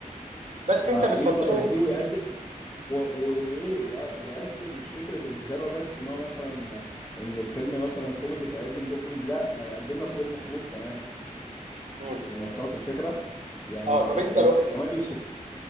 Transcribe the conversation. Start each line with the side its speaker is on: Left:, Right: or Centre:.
Right: بس انت
Left: آه،
Right: بتفضله
Left: يقدر يأديه ويقدم و- و- وايه يق- يقدم مش فكره الكتابه بس ان هو مثلا ان الفيلم مثلا كوميدي فيقدم دور كوميدي لا ده يقدم لك دور مخلوط كمان
Right: مم.
Left: يعني وصلك الفكره يعني
Right: اه
Left: هو
Right: طب
Left: الف-
Right: انت
Left: ال-
Right: دلوقتي
Left: التميز في ك-